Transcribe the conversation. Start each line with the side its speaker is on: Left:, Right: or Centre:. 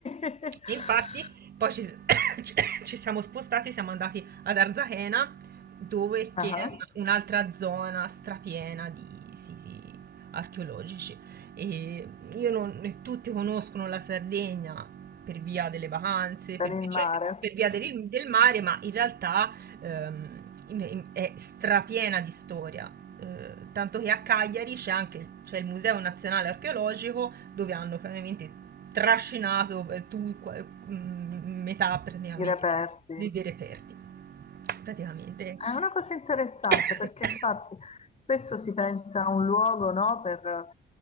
Left: <laughs>
Right: E infatti poi ci, <coughs> ci- ci siamo spostati, siamo andati ad Arzachena, dove
Left: Ah,
Right: che è un- un'altra zona strapiena di siti archeologici. E io non, e tutti conoscono la Sardegna, per via delle vacanze,
Left: per
Right: per,
Left: il mare,
Right: cioè, per- per via del, del mare, ma in realtà ehm, in- in- è strapiena di storia. Eh, tanto che a Cagliari c'è anche c'è il Museo Nazionale Archeologico dove hanno praticamente trascinato eh, tu- qua- mm, metà praticamente
Left: i reperti.
Right: dei dei reperti, praticamente.
Left: È una cosa interessante
Right: <coughs>
Left: perché infatti spesso si pensa a un luogo, no, per,